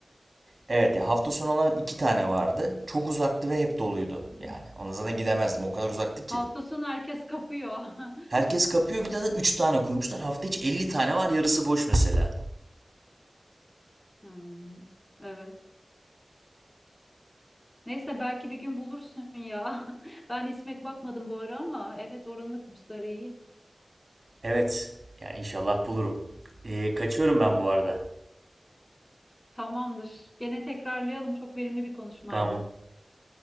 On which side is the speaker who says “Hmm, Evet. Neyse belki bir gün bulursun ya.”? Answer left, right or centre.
Left